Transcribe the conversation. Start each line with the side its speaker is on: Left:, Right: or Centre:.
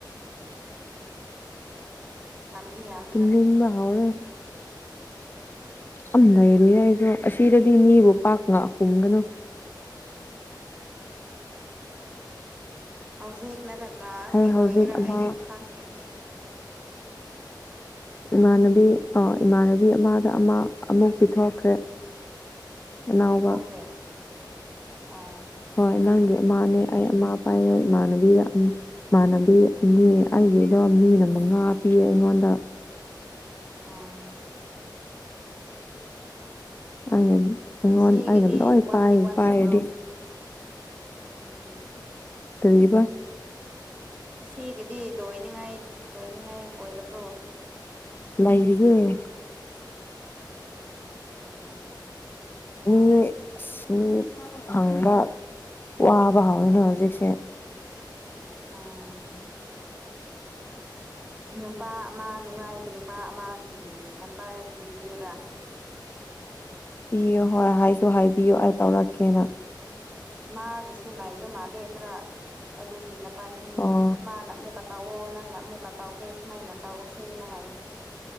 Right: ꯉꯝꯗꯤ ꯌꯥꯝ
Left: <unintelligible> ꯍꯥꯎꯔꯦ ꯑ ꯂꯩꯔꯨ ꯌꯥꯏꯁꯨ ꯑꯁꯤꯗꯗꯤ ꯃꯤꯕꯨ ꯄꯥꯛ ꯉꯥꯛ ꯍꯨꯝꯒꯅꯨ
Right: ꯍꯧꯖꯤꯛꯅꯒ ꯂꯥꯁꯀꯤ
Left: ꯑꯩ ꯍꯧꯖꯤꯛ
Right: ꯑꯣꯏꯒꯦꯔꯥ
Left: ꯑꯃ
Right: ꯑꯩꯁꯨ ꯈꯪꯗꯦꯅꯤ
Left: ꯏꯃꯥꯟꯅꯕꯤ ꯑ ꯏꯃꯥꯟꯅꯕꯤ ꯑꯃꯗ ꯑꯃ ꯑꯃꯨꯛ ꯄꯤꯊꯣꯛꯈ꯭ꯔꯦ ꯑꯅꯥꯎꯕ
Right: ꯄꯤꯊꯣꯛꯈ꯭ꯔꯦ ꯑꯣ
Left: ꯍꯣꯏ ꯅꯪꯒꯤ ꯑꯃꯥꯅꯦ ꯑꯩ ꯑꯃꯥ ꯄꯥꯏꯔ ꯏꯃꯥꯟꯅꯕꯤꯗ ꯏꯃꯥꯟꯅꯕꯤ ꯃꯤ ꯑꯩꯒꯤꯗ ꯃꯤꯅ ꯃꯉꯥ ꯄꯤꯌꯦ ꯑꯩꯉꯣꯟꯗ
Right: ꯎꯝ
Left: ꯑꯩꯅ ꯑꯩꯉꯣꯟ
Right: ꯁꯤꯒꯤꯗꯤ
Left: ꯑꯩꯅ ꯂꯣꯏ
Right: ꯋꯥꯠꯇꯤ
Left: ꯄꯥꯏ
Right: ꯋꯥꯠꯇ꯭ꯔꯕ꯭ꯔꯣ
Left: ꯄꯥꯏꯔꯗꯤ
Right: ꯎꯝ
Left: ꯇꯔꯤꯕ
Right: ꯁꯤꯒꯤꯗꯤ ꯂꯣꯏꯅꯤꯡꯉꯥꯏ ꯂꯣꯏꯅꯤꯡꯉꯥꯏ ꯑꯣꯏꯔꯕ꯭ꯔꯣ
Left: ꯂꯩꯔꯤꯌꯦ
Right: ꯎꯝ
Left: ꯃꯤ ꯑ ꯃꯤ ꯐꯪꯕ ꯋꯥꯕ ꯍꯧꯎꯋꯤꯅ ꯍꯧꯖꯤꯛꯁꯦ
Right: ꯎꯝ
Left: <inaudible>
Right: ꯅꯨꯄꯥ ꯑꯃ ꯅꯨꯡꯉꯥꯏꯕ ꯅꯨꯄꯥ ꯑꯃꯒꯤ ꯅꯝꯕꯔ ꯄꯤꯕꯤꯌꯨꯗꯥ
Left: ꯄꯤꯌꯨ ꯍꯣꯏ ꯍꯥꯏꯁꯨ ꯍꯥꯏꯕꯤꯌꯨ ꯑꯩ ꯇꯧꯔꯛꯀꯦꯅ
Right: ꯃꯥꯒꯤꯁꯨ ꯂꯩꯥꯏꯕ ꯃꯥꯜꯂꯦ ꯈꯔ ꯑꯗꯨꯒꯤ ꯅꯅꯕꯅꯤ
Left: ꯑꯣ
Right: ꯃꯥꯅ ꯑꯃꯨꯛꯀ ꯇꯥꯛꯑꯣ ꯅꯪꯅ ꯑꯃꯨꯛꯀ ꯇꯧꯒꯦ ꯁꯨꯃꯥꯏꯅ ꯇꯧꯁꯦꯅ ꯍꯥꯏꯌꯨ